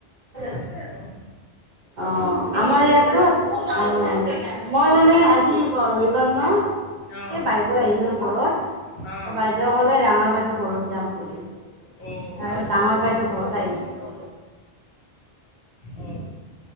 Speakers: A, on the left (about 75°); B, on the right (about 50°).
A: টাস্ক
B: অ
A: তে আৰু।
B: অ,
A: তুমি
B: আমাৰ
A: কি কৰি
B: ইয়াতো
A: আছা?
B: আছে, অ মই মানে আজি পৰিবাৰ না
A: অহ
B: এই বাইদেউ আহিলো। ঘৰত,
A: অহ
B: এ বাইদেউ ক'লে ডাঙৰ বাইদেউৰ ঘৰত যাম বুলি।
A: অ
B: আৰ ডাঙৰ বাইদেউৰ ঘৰত আহিছিলো।
A: অ'।